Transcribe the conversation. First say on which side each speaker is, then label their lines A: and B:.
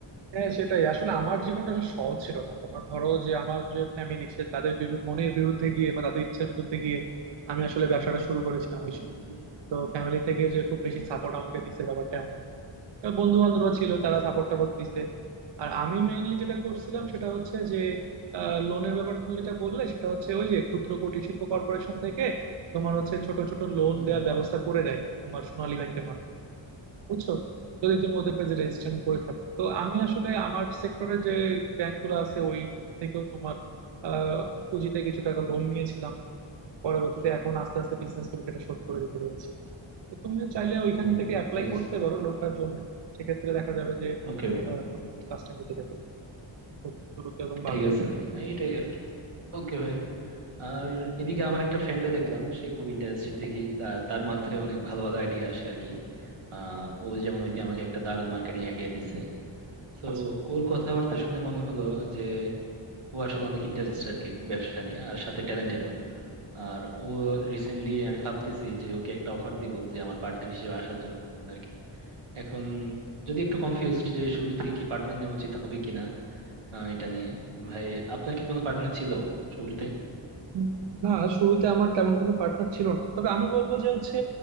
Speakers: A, on the right (about 60°); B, on the right (about 85°).
A: হ্যাঁ সেটাই আসলে আমার জীবনটা আসলে সহজ ছিল না তোমার ধরো যে আমার যে ফ্যামিলি সে তাদের বিরুদ্ধে মনের বিরুদ্ধে গিয়ে বা তাদের ইচ্ছার বিরুদ্ধে গিয়ে আমি আসলে ব্যবসাটা শুরু করেছিলাম ওই
B: হম
A: সময়।
B: হম
A: তো ফ্যামিলি থেকে যে খুব বেশি সাপোর্ট আমাকে দিয়েছে ব্যাপারটা বন্ধু বান্ধবরা ছিল
B: হম।
A: তারা সাপোর্ট টাপোর্ট দিছে আর আমি মেইনলি যেটা করছিলাম
B: আচ্ছা আচ্ছা
A: সেটা হচ্ছে যে লোনের ব্যাপার তুমি যেটা বললে সেটা হচ্ছে ওই যে ক্ষুদ্র কুটির শিল্প কর্পোরেশন থেকে তোমার হচ্ছে ছোট ছোট লোন
B: হম
A: দেওয়ার ব্যবস্থা করে দেয় তোমার সোনালী ব্যাংকের মাধ্যমে বুঝছো যদি তুমি ওদের পেজে রেজিস্ট্রেশন করে থাকো তো আমি আসলে আমার সেক্টরে যে ব্যাংকগুলো আছে ওই থেকেও তোমার আহ পুঁজিতে কিছু টাকা লোন নিয়েছিলাম পরবর্তীতে এখন আস্তে আস্তে বিজনেস করে সেটা শোধ
B: হম
A: করে দিতে পেরেছি তো তুমি চাইলে ওইখান
B: হুম
A: থেকে
B: হুম
A: অ্যাপ্লাই
B: ঠিক আছে
A: করতে পারো লোনটার জন্য সেক্ষেত্রে দেখা যাবে যে
B: ওকে ভাই
A: আহ, তোমার কাজটা মিটে যাবে খুব দ্রুত এবং
B: ঠিক
A: ভালো হবে
B: আছে ভাই হ্যাঁ, এইটাই আর কি ওকে ভাই আর এদিকে আমার একটা ফ্রেন্ডও দেখলাম সে খুব ইন্টারেস্টেড দেখি তা- তার মাথায় অনেক ভালো ভালো আইডিয়া আসে আর কি আহ ও যেমন ওইদিন আমাকে একটা দারুণ মার্কেটিং আইডিয়া দিছে তো
A: আচ্ছা
B: ওর কথাবার্তা শুনে মনে হলো যে ও আসলে অনেক ইন্টারেস্টেড আর কি ব্যবসা নিয়ে আর সাথে ট্যালেন্টেডও আর ও রিসেন্টলি আমি ভাবতেছি যে ওকে একটা অফার দিব যে আমার পার্টনার হিসেবে আসার জন্য আর কি এখন যদি একটু কনফিউজড যে শুরুতেই কি পার্টনার নেওয়া উচিত হবে কিনা আহ, এটা নিয়ে ভাই আপনার কি কোনো পার্টনার ছিল শুরুতে
A: উম, না শুরুতে আমার তেমন কোনো পার্টনার ছিল না তবে আমি বলবো যে হচ্ছে